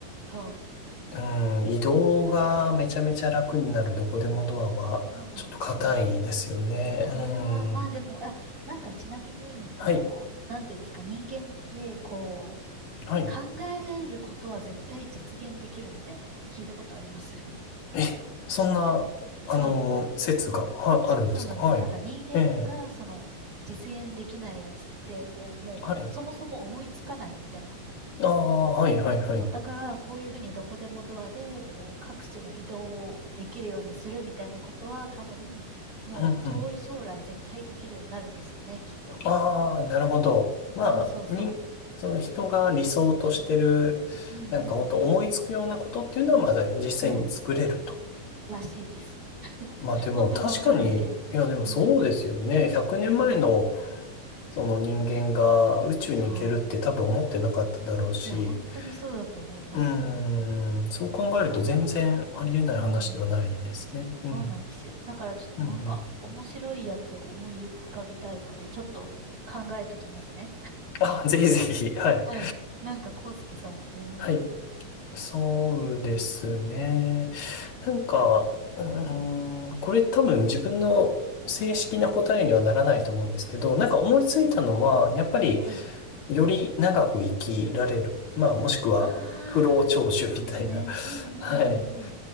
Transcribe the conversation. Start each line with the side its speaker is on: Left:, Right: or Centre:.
Right: そう。
Left: うん、移動がめちゃめちゃ楽になるどこでもドアは、
Right: そうなんですよね。
Left: ちょっと硬いですよね。
Right: これは、まあでも、
Left: うん。
Right: あ、なんかちなみに、その、
Left: はい。
Right: なんていうんですか、人間って、こ
Left: はい。
Right: う、考えることは絶対実現できるみたいな、聞いたことあります <laughs>
Left: え、そんな、
Right: そ
Left: あの、説が、
Right: う。
Left: は、あるんですかはい。
Right: そうなんですよ。なんか人間がその実現できないやつって、
Left: ええ。
Right: こうもうそもそも思いつかないみたいな。
Left: はい。ああ、はい、はい、はい。
Right: そう。だからこういうふうにどこでもドアでこう各地の移動をできるようにするみたいなことは多分もう遠い将来絶対できるようになるんですよね、
Left: うん、うん。
Right: きっと。
Left: ああ、なるほど。まあ、
Right: そうそうそ
Left: に、その人が理想としてる、
Right: う。うんうんうん。
Left: なんか本当思いつくようなことっていうのは、まだ実際に作れると。
Right: そう。らしいです。
Left: まあでも確かに、
Right: 本当かわかんないけど。
Left: いやでもそうですよね。
Right: うん。
Left: 100年前の
Right: うんうん。
Left: その人間が宇宙に行けるって多分思ってなかっただろうし、
Right: そう。いや、本当にそうだと思います。
Left: うーん、そう考えると全然ありえない話ではないですね。
Right: だから、うん。
Left: うん。
Right: そうなんですよ。だからちょっとなんか面白いやつを思い浮かびたいので、
Left: うんうん。
Right: ちょっと考えときますね。
Left: あ、ぜひぜひ。はい。
Right: はい。なんか、康介さんはありますうん。
Left: はい。そうですね。なんか、うーん、
Right: うん
Left: これ多分自分の正式な答えにはならないと思うんですけど、なんか思いついたのは、
Right: うん。
Left: やっぱり
Right: はい。
Left: より長く生きられる。まあもしくは不老長寿みたいな。
Right: ああ、いいですね。
Left: <laughs>
Right: うんうんうん
Left: はい。